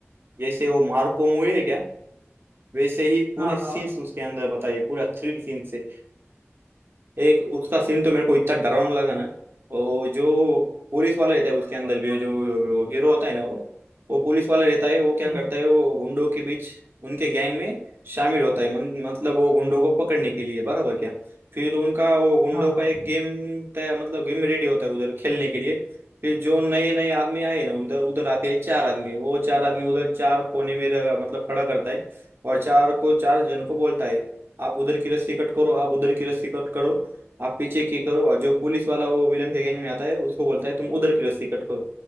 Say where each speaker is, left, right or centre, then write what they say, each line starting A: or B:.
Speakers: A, on the right (about 55°); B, on the right (about 85°).
A: जैसे वो मार्को मूवी है क्या वैसे ही पूरे
B: हाँ
A: सीन्स
B: हाँ
A: उसके अंदर बताइए पूरा थ्रिल सीन्स है। एक उसका सीन तो मेरे को इतना डरावना लगा ना और जो पुलिस वाला रहता है उसके अंदर भी वो जो वो हीरो होता है ना वो वो पुलिस वाला रहता है वो क्या
B: हम्म
A: करता
B: हम्म,
A: है वो गुंडों के बीच उनके गैंग में शामिल होता है मन, मतलब वो गुंडों को पकड़ने के लिए बराबर क्या फिर उनका वो गुंडों
B: हाँ हाँ
A: का एक गेम तय मतलब गेम रेडी होता है उधर खेलने के लिए फिर जो नए नए आदमी आए ना उधर उधर आते हैं चार आदमी वो चार आदमी उधर चार कोने में रगा- मतलब खड़ा करता है और चार को चार जन को बोलता है आप उधर की रस्सी कट करो आप उधर की रस्सी कट करो आप पीछे की करो और जो पुलिस वाला वो विलन के गैंग में आता है उसको बोलता है तुम उधर की रस्सी कट करो